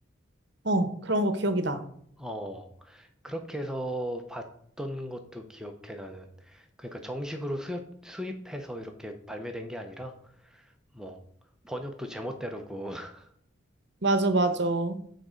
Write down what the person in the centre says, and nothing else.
어, 그렇게 해서 봤던 것도 기억해, 나는. 그러니까 정식으로 수입, 수입해서 이렇게 발매된 게 아니라, 뭐, 번역도 제멋대로고, <laughs>